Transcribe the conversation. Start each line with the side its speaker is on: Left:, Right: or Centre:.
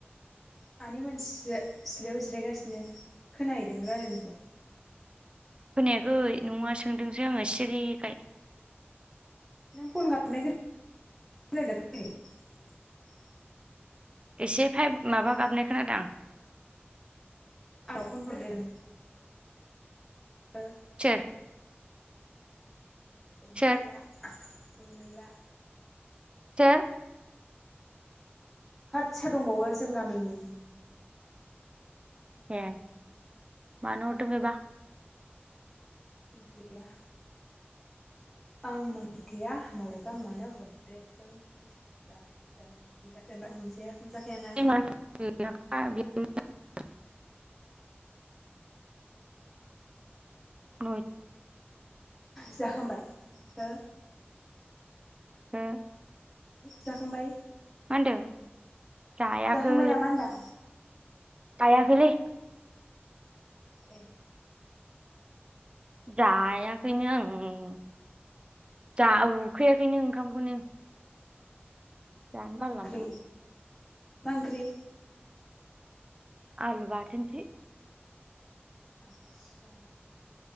Centre: सानै मानसिसो सिलायाव जिरायगासिनो खोनाहैदों रायलायनायखौ?
Right: खोनायाखै नङा सोदोंसो आङो सिरिखाय।
Centre: नों फन गाबनाय खोनादों <inaudible>
Right: एसे फाइभ माबा
Centre: हो
Right: गाबनाय खोनादों आं
Centre: आंनाव फन हरदों ओ
Right: सोर
Centre: उर्मिला
Right: सोर
Centre: उर्मिला।
Right: सो
Centre: होत सोर दंबावो जों गामिनि।
Right: ए मानो' हरहों बेबा?
Centre: मिनथिया। आं मोनन्थिया मालायबा मानो हरदेरदों दिसथाब <inaudible> दानबाय हमजाया।
Right: <unintelligible>
Centre: हमजाखायाना
Right: न'
Centre: जाखांबाय हो
Right: हा
Centre: जाखांबाय
Right: मा होनदों? जायाखै
Centre: जाखांबाय नामा होनदां
Right: जायाखैलै
Centre: ए
Right: जायाखैनो आं जा उखैयाखैनो ओंखामखौनो जानो
Centre: मा
Right: बालाय
Centre: ओंख्रि
Right: लांबाय आं
Centre: मा ओंख्रि?
Right: आलु बाथोनसो।
Centre: आतसा